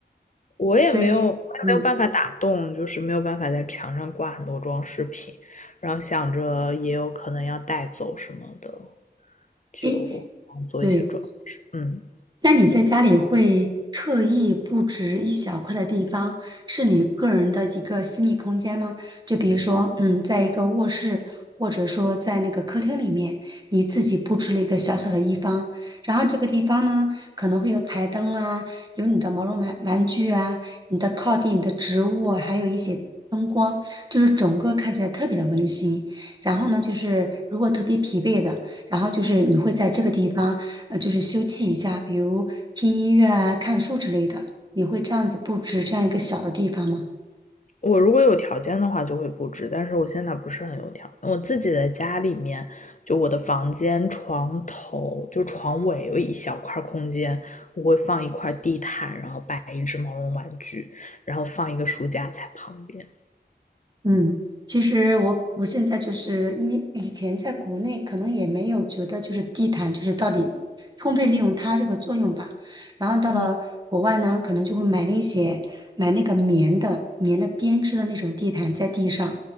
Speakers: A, on the left; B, on the right.
A: 我也没有，
B: 所以，
A: 我也没有办法打洞，
B: 嗯，
A: 就是没有办法在墙上挂很多装饰品，然后想着也有可能要带走什么的，就做一些装饰。
B: 诶，对。
A: 嗯，
B: 那你在家里会特意布置一小块的地方，是你个人的一个私密空间吗？就比如说，嗯，在一个卧室，或者说在那个客厅里面，你自己布置了一个小小的一方，然后这个地方呢，可能会有台灯啊，有你的毛绒玩玩具啊，你的靠垫、你的植物啊还有一些。灯光就是整个看起来特别的温馨，然后呢，就是如果特别疲惫的，然后就是你会在这个地方。呃，就是休憩一下，比如听音乐啊、看书之类的。你会这样子布置这样一个小的地方吗？
A: 我如果有条件的话就会布置，但是我现在不是很有条件我自己的家里面，就我的房间床头就床尾有一小块空间，我会放一块地毯，然后摆一只毛绒玩具，然后放一个书架在旁边。
B: 嗯，其实我我现在就是因为以前在国内可能也没有觉得就是地毯就是到底充分利用它这个作用吧，然后到了国外呢，
A: 嗯，
B: 可能就会买那些买那个棉的棉的编织的那种地毯在地上，